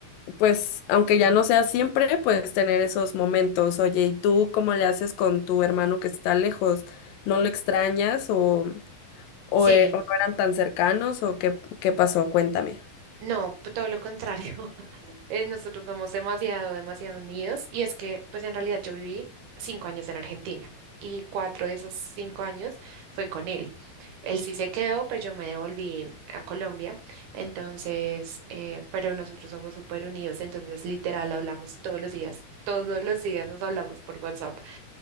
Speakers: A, on the left; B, on the right.
A: pues, aunque ya no sea siempre, pues tener esos momentos. Oye, ¿y tú cómo le haces con tu hermano que está lejos? ¿No lo extrañas o...? o,
B: Sí,
A: e- o no eran tan cercanos o qué, qué pasó? Cuéntame.
B: No, p- todo lo contrario. <laughs> Eh, nosotros somos demasiado, demasiado unidos y es que pues en realidad yo viví cinco años en Argentina y cuatro de esos cinco años fue con él. Él sí se quedó, pues yo me devolví a Colombia, entonces, eh, pero nosotros somos súper unidos, entonces literal hablamos todos los días, todos los días nos hablamos por WhatsApp.